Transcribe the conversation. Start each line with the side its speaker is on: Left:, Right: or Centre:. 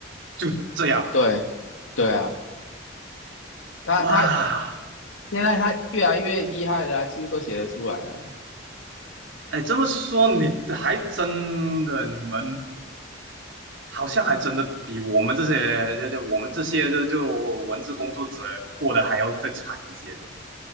Right: 就这样。
Left: 对对啊，他他
Right: 哇，
Left: 现在他越来越厉害了啊几乎都写得出来了。
Right: 哎，这么说你还真的，你们好像还真的比我们这些这这我们这些这就文字工作者过得还要再惨一些。